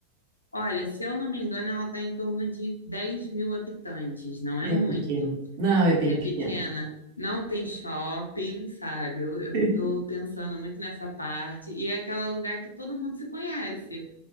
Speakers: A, on the left; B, on the right.
A: Olha, se eu não me engano, ela está em torno de 10 mil habitantes, não é
B: É
A: muito,
B: pequeno. Não, é bem
A: é pequena.
B: pequeno.
A: Não tem shopping, sabe? Eu, eu
B: <laughs>
A: tô pensando muito nessa parte. E é aquele lugar que todo mundo se conhece.